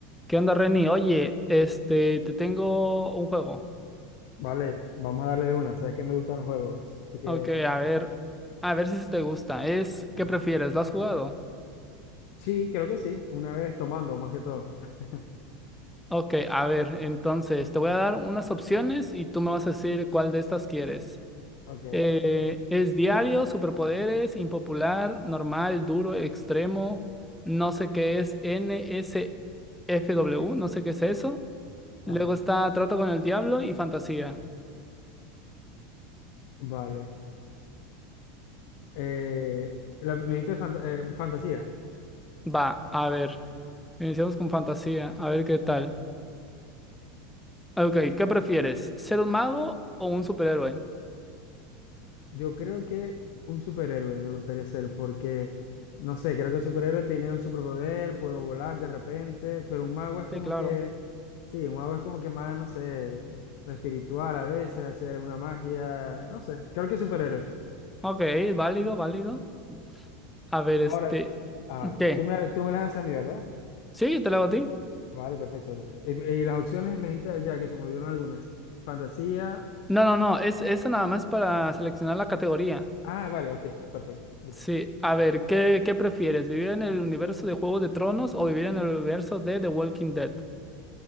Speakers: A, in the centre; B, on the left.
A: ¿Qué onda, Reni? Oye, este, te tengo un juego.
B: Vale, vamos a darle de una. Sabes que me gustan los juegos, así que
A: Ok, a ver,
B: escucha.
A: a ver si se te gusta. Es,
B: Ajá.
A: ¿qué prefieres? ¿Lo has jugado?
B: Sí, creo que sí. Una vez tomando, más que todo. <laughs>
A: Ok, a ver, entonces te voy a dar unas opciones y tú me vas a decir cuál de estas quieres.
B: Ok.
A: Eh, ¿es diario, superpoderes, impopular, normal, duro, extremo? No sé qué es N S F W, no sé qué es eso. Luego
B: Ajá.
A: está trato con el diablo y fantasía.
B: Vale. Eh, la, me dijiste fanta- eh, fantasía.
A: Va, a ver, iniciamos con fantasía, a ver qué tal. Ah, Ok, ¿qué prefieres? ¿Ser un mago o un superhéroe?
B: Yo creo que un superhéroe me gustaría ser porque, no sé, creo que el superhéroe tiene un superpoder, puedo volar de repente, pero un mago es como
A: Sí, claro.
B: que, sí, un mago es como que más, no sé, espiritual a veces, hacer una magia, no sé, creo que superhéroe.
A: Ok, válido, válido. A ver, este...
B: Ahora, ah, vale.
A: ¿Qué?
B: Tú me, tú me las haces a mí, ¿verdad?
A: ¿Sí? ¿Te lo hago a ti?
B: Vale, perfecto, listo. Y, y las opciones me dijiste ya que se me olvidaron algunas. Fantasía.
A: No, no, no. Es eso nada más para seleccionar la categoría.
B: Ah, vale, ok, perfecto, listo.
A: Sí, a ver, ¿qué, qué prefieres? ¿Vivir en el universo de Juego de Tronos o vivir en el universo de The Walking Dead?